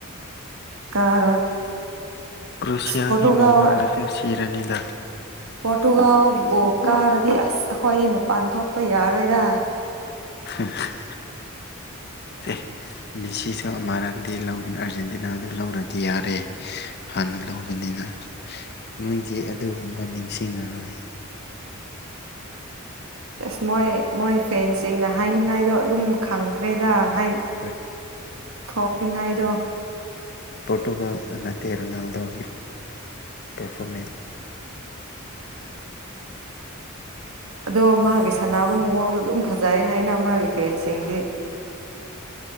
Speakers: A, on the right; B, on the left.
A: ꯀꯥꯔꯣꯏ
B: ꯀ꯭ꯔꯣꯁꯤꯌꯥꯒꯤ
A: ꯄꯣꯔꯇꯨꯒꯥꯜ
B: ꯃꯃꯥꯡꯗꯁꯨ ꯁꯤꯔꯅꯤꯗ
A: ꯄꯣꯔꯇꯨꯒꯥꯜꯕꯨ ꯀꯥꯔꯗꯤ ꯑꯁ ꯑꯩꯈꯣꯏꯗꯤ ꯃꯄꯥꯟ ꯊꯣꯛꯄ ꯌꯥꯔꯣꯏꯗ
B: <unintelligible> ꯑꯦ ꯃꯤꯁꯤꯁꯨ ꯑꯃꯛꯇꯗꯤ ꯂꯧꯅ ꯑꯥꯔꯖꯦꯟꯇꯤꯅꯥꯗꯨ ꯂꯧꯔꯗꯤ ꯌꯥꯔꯦ ꯍꯥꯟꯅ ꯂꯧꯕꯅꯤꯅ ꯃꯣꯏꯗꯤ ꯑꯗꯨꯒꯨꯝꯕ ꯅꯤꯡꯁꯤꯡꯉꯔꯣꯏ
A: ꯑꯁ ꯃꯣꯏ ꯃꯣꯏ ꯐꯦꯟꯁꯤꯡꯅ ꯍꯥꯏꯅꯤꯡꯉꯥꯏꯗꯣ ꯑꯗꯨꯝ ꯈꯪꯈ꯭ꯔꯦꯗ ꯍꯥꯏ
B: <inaudible>
A: ꯊꯣꯛꯅꯤꯡꯉꯥꯏꯗꯣ
B: ꯄꯣꯔꯇꯨꯒꯜ ꯅꯠꯇꯦ ꯔꯣꯅꯥꯜꯗꯣꯒꯤ ꯄꯔꯐꯣꯔꯃꯦꯟ
A: ꯑꯗꯣ ꯃꯥꯒꯤ ꯁꯥꯟꯅꯕ ꯃꯑꯣꯡꯗꯣ ꯑꯗꯨꯝ ꯐꯖꯩ ꯍꯥꯏꯅ ꯃꯥꯒꯤ ꯐꯦꯟꯁꯤꯡꯗꯤ